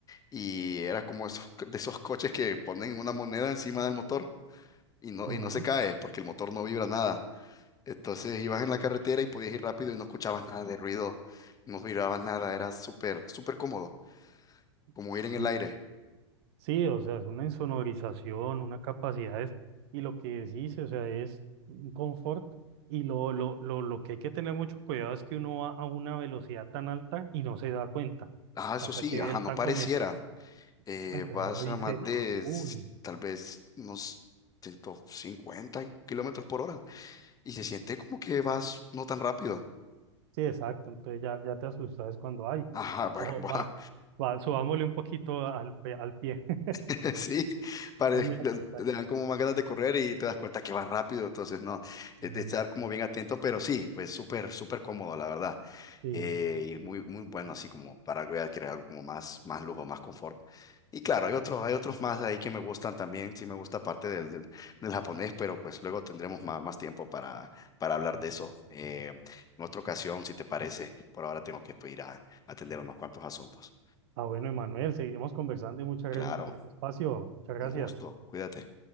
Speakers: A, on the left; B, on the right.
A: y era como esos- <laughs> de esos coches que ponen una moneda encima del motor y no,
B: ujú.
A: y no se cae porque el motor no vibra nada. Entonces ibas en la carretera y podías ir rápido y no escuchabas nada de ruido, no mirabas nada, era súper, súper cómodo, como
B: Sí,
A: ir en el aire.
B: Sí, o sea, es una insonorización, una capacidades, y lo que decís, o sea, es un confort, y lo, lo, lo, lo que hay que tener mucho cuidado es que uno va a una velocidad tan alta y no se da cuenta,
A: Ah, eso
B: hasta
A: sí,
B: que ve
A: ajá,
B: el
A: no
B: tacómetro.
A: pareciera. Eh,
B: Entonces
A: vas
B: uno dice,
A: a más de
B: ¡Ah!
A: s-
B: uy,
A: tal vez unos 150 kilómetros por hora y se siente como que vas no tan rápido.
B: sí, exacto, entonces ya, ya te asustas cuando, ay,
A: Ajá, bar-
B: ojo,
A: <laughs>
B: va, va, subámosle un poquito al, pe- al pie, <laughs> está
A: <laughs> sí, pare-
B: muy
A: te
B: apretado.
A: te dan como más ganas de correr y te das cuenta que vas rápido, entonces no, es
B: No,
A: de estar
B: no, no.
A: como bien atento, pero sí, pues súper, súper cómodo, la verdad.
B: sí,
A: eh, y es muy, muy bueno así como para algo ya crear algo como más, más lujo, más confort. Y claro, hay otros, hay otros más ahí que me gustan también, sí me gusta parte del, del, del japonés, pero pues luego tendremos más, más tiempo para, para hablar de eso eh, en otra ocasión, si te parece. Por ahora tengo que pues, ir a atender unos cuantos asuntos.
B: Ah, bueno, Emanuel, seguimos conversando y muchas
A: Claro,
B: gracias por este espacio. Muchas gracias.
A: un gusto, cuídate.